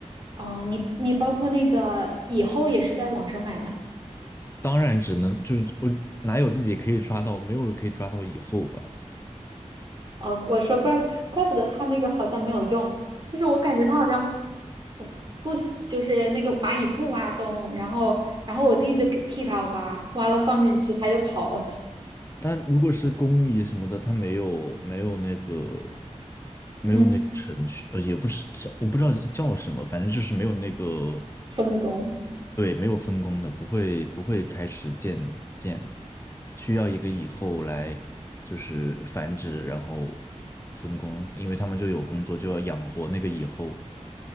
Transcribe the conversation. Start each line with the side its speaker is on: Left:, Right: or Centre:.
Right: 哦，你你包括那个以后也是在网上买的。
Left: 当然只能就是我哪有自己可以抓到，没有可以抓到以后吧。
Right: 哦，我说怪不怪不得他那个好像没有用，就是我感觉他好像不不喜就是那个蚂蚁不挖洞，然后然后我弟就给替他挖，挖了放进去他就跑了，
Left: 但如果是工蚁什么的，它没有没有那个没有那个程序，
Right: 嗯，
Left: 呃，也不是叫我不知道叫什么，反正就是没有那个
Right: 分工。
Left: 对，没有分工的，不会不会开始建建的，需要一个蚁后来就是繁殖，然后分工，因为他们就有工作，就要养活那个蚁后，